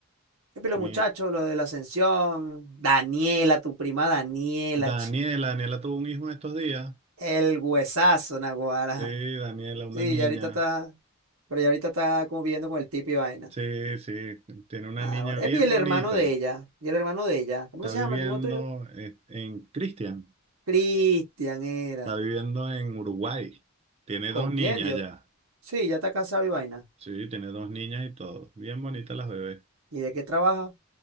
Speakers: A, on the right; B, on the right.
A: Y los
B: Mira.
A: muchachos, lo de la ascensión, Daniela, tu prima Daniela,
B: Daniela,
A: chica,
B: Daniela tuvo un hijo en estos días.
A: el huesazo, Naguará.
B: Sí, Daniela, una
A: Sí,
B: niña.
A: ya ahorita está, pero ya ahorita está como viviendo con el tipo y vaina.
B: Sí, sí, tiene una
A: Ah,
B: niña
A: bueno.
B: bien
A: Epi, el
B: bonita.
A: hermano de ella. Y el hermano de ella. ¿Cómo
B: Está
A: que se
B: viviendo
A: llama el primo tuyo?
B: eh, en Cristian.
A: Cristian era.
B: Está viviendo en Uruguay. Tiene
A: ¿Con
B: dos
A: quién,
B: niñas
A: Dios?
B: ya.
A: Sí, ya está casado y vaina.
B: Sí, tiene dos niñas y todo. Bien bonitas las bebés.
A: ¿Y de qué trabaja?